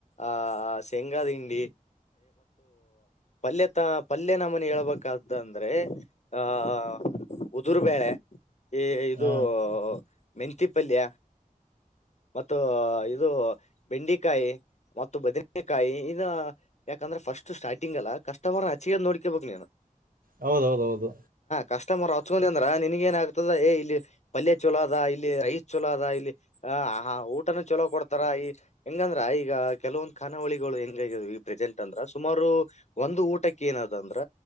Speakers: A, on the left; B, on the right.
A: ಆಹ ಶೆಂಗಾದಂಡ ಪಲ್ ಪಲ್ನ ಮನ ಹೇಳ್ಬೇಕ ಅಂದ್ರೆ ಹ ಹ ಉದುರ್ಬೇಳೆ ಈ ಇದು
B: ಹ
A: ಮೆಂತಿಪಲ್ಯ ಮ ಇದು ಬೆಂಡಿಕಾಯಿ ಮ ಬದನೆಕಾಯಿ ಈಗ ಯಾಕಂದ್ರೆ ಫಸ್ಟ್ ಸ್ಟಾರ್ಟಿಂಗ್ ಅಲ್ಲ ಕಷ್ಟವರ್ ಹಚ್ಚಗದ್ ನೋಡ್ಕೇಬಬೇಕಕ್ ನೀನ್
B: ಹೌದೌದ ಹೌದು
A: ಕಸ್ಟಮರ್ ಹಚ್ಕೊಂಡ ಅಂದ್ರ ನಿನ್ಗ ಏನ್ ಆಗ್ತದ ಏ ಇಲ್ಲಿ ಪಲ್ಯ ಚಲ ಅದ ಇಲ್ಲಿ ರೈಸ್ ಚಲೋ ಅದ ಇಲ್ಲಿ ಹ ಆ ಹಾ ಊಟನ ಚೊಲೋ ಕೊಡ್ತಾರ ಈ ಹೆಂಗಂದ್ರ ಈಗ ಕೆಲವೊಂದು್ ಕನಾವಳಿಗಳು ಹೆಂಗ ಈ ಪ್ರ ಎ ಅಂದ್ರ ಸುಮಾರು ಒಂದು ಊಟಕ್ಕೆ ಏನದ ಅಂದ್ರ